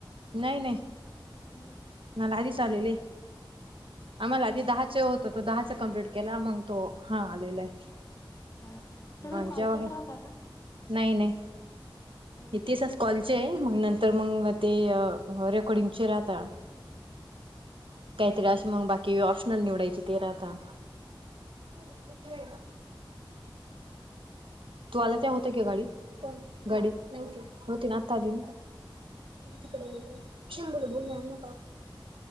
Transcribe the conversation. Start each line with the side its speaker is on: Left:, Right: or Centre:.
Right: नाही नाही
Left: हम्
Right: ना लाधी चालेले् आम्हालाधी दहाचे होते त तो दहाचा कमप्लीट केला मग तो हा आलेला आहे
Left: हा सगळे
Right: म्हणजवर
Left: कॉलचेच राहता का
Right: नाही नाही
Left: हम्म,
Right: इतीच कॉलचे मग नंतर मग ते रेकॉर्डिंगचे राहता काहीतरी अशी मग बाकी ऑप्शनल निवडायचे ते रा आता <inaudible> तू आला त्या होत की गाडी, गाडी नव्हती ना आता आली. तिकडे क्ष <unintelligible> बोल न का.